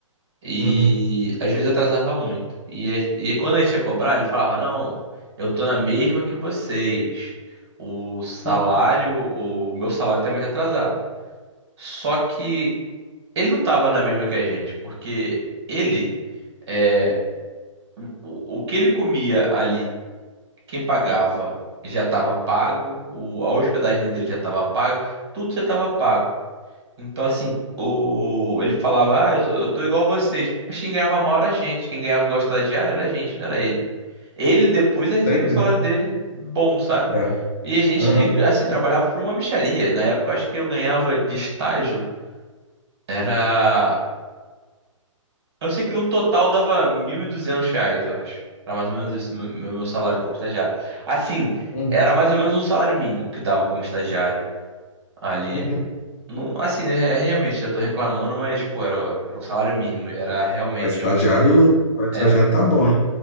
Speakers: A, on the right; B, on the left.
A: E
B: Uhum.
A: às vezes atrasava muito. E, as- e quando a gente ia cobrar, ele falava: Não, eu tô na mesma que vocês. O salário,
B: Hum,
A: o meu salário também tá atrasado. Só que ele não tava na mesma que a gente, porque ele, é, o, o que ele comia ali. quem pagava já estava pago, o, a hospedagem dele já estava paga, tudo já estava pago. Então, assim, o, ele falava, ah, eu, tô- eu tô igual a vocês. Mas quem ganhava mal era a gente, quem ganhava igual estagiário era a gente, não era ele. Ele depois ia receber
B: Sempre,
A: o salário
B: né?
A: dele bom, sabe?
B: É.
A: E a gente,
B: Aham.
A: assim, trabalhava por uma mixaria. Na época, eu acho que eu ganhava de estágio, era. Eu sei que no total dava 1.200 reais, eu acho. Era mais ou menos isso, meu, meu salário como estagiário. Assim,
B: Uhum.
A: era mais ou menos um salário mínimo que dava como estagiário ali.
B: Uhum.
A: Não, assim, né, é, realmente, eu tô reclamando, mas, pô, era, o- era um salário mínimo. Era realmente
B: Para estagiário,
A: um.
B: pra estagiário
A: É.
B: tá bom, hein?